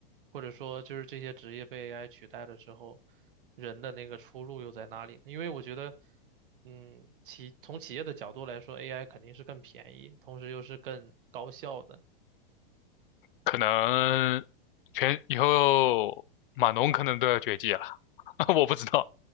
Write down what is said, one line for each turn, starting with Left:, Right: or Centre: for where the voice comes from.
Right: 或者说就是这些职业被 AI 取代了之后，人的那个出路又在哪里呢因为我觉得，嗯，企从企业的角度来说，AI 肯定是更便宜，同时又是更高效的。
Left: 可能全以后码农可能都要绝迹了，<laughs> 我不知道，